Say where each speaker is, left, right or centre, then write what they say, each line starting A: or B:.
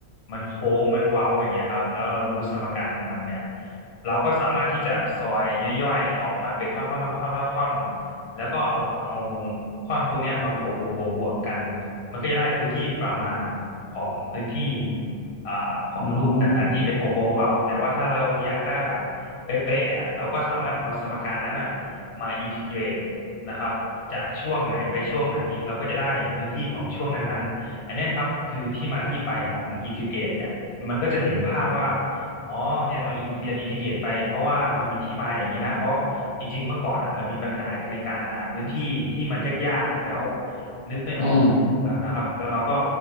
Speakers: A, on the left; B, on the left.
A: มันโค้งมันเว้าอย่างเงี้ยครับแล้วเรารู้สมการของมันเนี่ยเราก็สามารถที่จะซอยย่อยๆออกมาเป็นท่อนๆๆๆๆๆแล้วก็เอาเอาท่อนพวกเนี้ยมาบวกบวกบวกบวกกัน มันก็จะได้พื้นที่ประมาณของพื้นที่อ่าของรูปนั้นๆที่เป็นโค้งโค้งเว้าๆแต่ว่าถ้าเราอยากได้แบบเป๊ะๆเนี่ยเราก็สามารถเอาสมการนั้นอ่ะ
B: อืม
A: มาอินทิเกรตนะครับจากช่วงไหนไปช่วงไหนเราก็จะได้พื้นที่ของช่วงนั้นๆอันเนี้ยครับคือที่มาที่ไปของอินทิเกรตเนี่ยมันก็จะเห็นภาพว่าอ๋อเนี่ยเราเรียนอินทิเกรตไปเพราะว่ามันมีที่มาอย่างนี้นะเพราะจริงๆเมื่อก่อนอ่ะมันมีปัญหาในการหาพื้นที่ที่มันยากๆแล้วนึกไม่ออก
B: อืม
A: นะครับแล้วเราก็